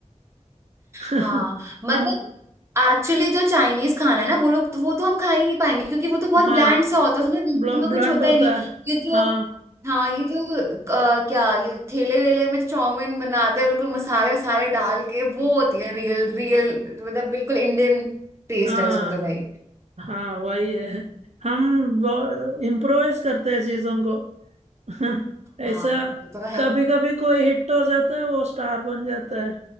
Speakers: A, on the right; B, on the right.
A: <laughs>
B: हाँ मतलब
A: हम
B: एक्चुअली जो चाइनीज खाना है ना वो लोग तो, वो तो हम खा ही नहीं पाएंगे क्योंकि वो तो बहुत
A: हाँ
B: ब्लैंड सा होता है उसमें नमक
A: ब्लंट
B: वमक कुछ होता
A: होता
B: ही नहीं है
A: है
B: ये जो
A: हाँ
B: हाँ ये जो अ, क्या ये ठेले वेले में चाउमीन बनाते हैं बिल्कुल मसाले सारे डाल के वो होती है रियल रियल मतलब बिल्कुल इंडियन टेस्ट
A: हाँ
B: है उसमें तो भाई
A: हाँ वही है हम इम्प्रोवाइज करते हैं चीजों को <laughs>
B: हाँ
A: ऐसा
B: वो तो है
A: कभी कभी कोई हिट हो जाता है वो स्टार बन जाता है